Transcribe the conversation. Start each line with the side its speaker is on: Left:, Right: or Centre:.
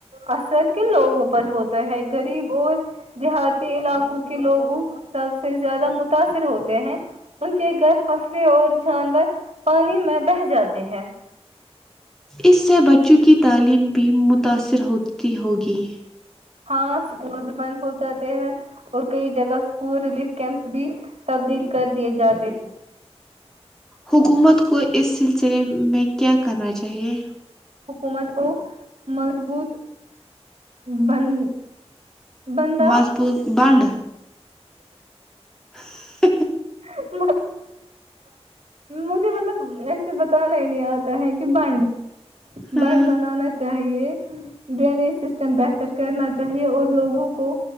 Right: اثر کن لوگوں پر ہوتا ہے غریب اور دیہاتی علاقوں کے لوگوں سب سے زیادہ متاثر ہوتے ہیں ان کے گھر فصلیں اور جانور پانی میں بہ جاتے ہیں
Centre: اس سے بچوں کی تعلیم بھی متاثر ہوتی ہوگی
Right: ہاں اسکولز بند ہو جاتے ہیں اور کئی جگہ اسکول ریلیف کیمپس بھی تبدیل کر دیے جا رہے ہیں
Centre: حکومت کو اس سلسلے میں کیا کرنا چاہیے
Right: حکومت کو مضبوط بند بندہ
Centre: مضبوط بانڈ <inaudible>
Right: <inaudible> مجھے مطلب ایسے بتانا ہی نہیں آتا ہے کہ بنڈ
Centre: ہاں
Right: بڑ بنانا چاہیے ڈرینیج سسٹم بہتر کرنا چاہیے اور لوگوں کو